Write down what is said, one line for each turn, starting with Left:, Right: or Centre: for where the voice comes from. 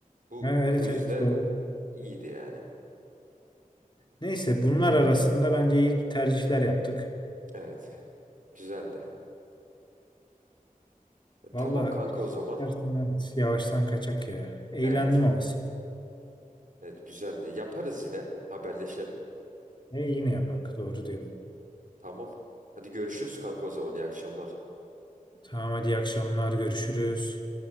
Right: bu
Left: Ha, Evet
Right: quizde
Left: evet doğru.
Right: iyiydi yani.
Left: Neyse bunlar arasında bence iyi tercihler yaptık.
Right: Evet. Güzeldi. E,
Left: Valla
Right: tamam kanka
Left: hiç
Right: o zaman.
Left: tersten evet, yavaştan kaçak ya. Eğlendim
Right: Evet.
Left: ama.
Right: Evet güzeldi. Yaparız yine. Haberleşelim.
Left: E, yine yapak doğru diyorsun.
Right: Tamam. Hadi görüşürüz kanka o zaman. İyi akşamlar.
Left: Tamam hadi iyi akşamlar görüşürüz.